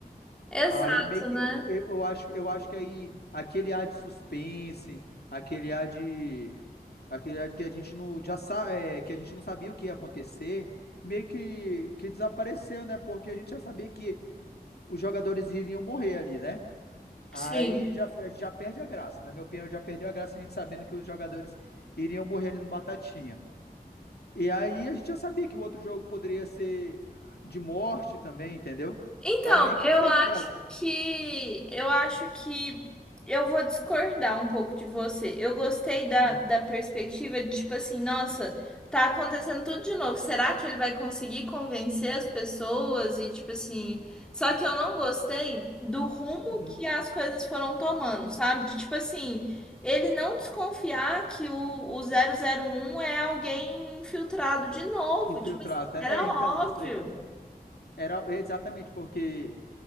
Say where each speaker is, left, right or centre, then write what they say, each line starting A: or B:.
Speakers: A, in the centre; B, on the left.
A: exato,
B: Aí, meio que,
A: né?
B: eu, eu acho, eu acho que aí, aquele ar de suspense, aquele ar de... Aquele ar que a gente não, já sa, é, que a gente não sabia o que ia acontecer, meio que, que desapareceu, né? Porque a gente já sabia que os jogadores iriam morrer ali, né? Aí
A: Sim.
B: já, a gente já perde a graça. Na minha opinião, já perdeu a graça a gente sabendo que os jogadores iriam morrer ali no Batatinha. E aí a gente já sabia que o outro jogo poderia ser eh, de morte também, entendeu?
A: Então,
B: Aí meio que
A: eu
B: perde
A: acho
B: a graça.
A: que eu acho que eu vou discordar um pouco de você. Eu gostei da,
B: Uhum.
A: da perspectiva de tipo assim, nossa, tá acontecendo tudo de novo. Será que ele vai conseguir convencer as pessoas? E tipo assim, só que eu não gostei do rumo
B: Uhum.
A: que as coisas foram tomando, sabe? De, tipo assim, ele não desconfiar que o, o zero zero um é alguém infiltrado de novo.
B: Infiltrado,
A: Tipo assim,
B: né?
A: era óbvio.
B: É, então, isso aí também. Era exatamente porque